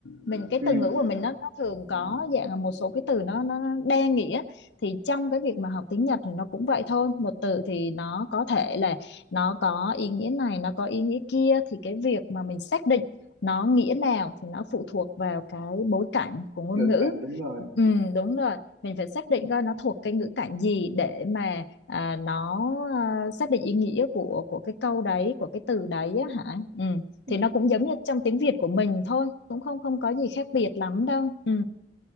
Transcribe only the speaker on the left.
mình cái
từ ngữ của mình nó nó thường có dạng là một số cái từ nó nó nó đa nghĩa thì trong cái việc mà học tiếng Nhật thì nó cũng vậy thôi một từ thì nó có thể là nó có ý nghĩa này nó có ý nghĩa kia thì cái việc mà mình xác định nó nghĩa nào thì nó phụ thuộc vào cái bối cảnh của ngôn
ngữ
Ừ, đúng rồi mình phải xác định coi nó thuộc cái ngữ cảnh gì để mà à, nó à, xác định ý nghĩa của của cái câu đấy của cái từ đấy á, hả ừ.
thì nó cũng giống như trong tiếng Việt của mình thôi cũng không không có gì khác biệt lắm đâu ừ.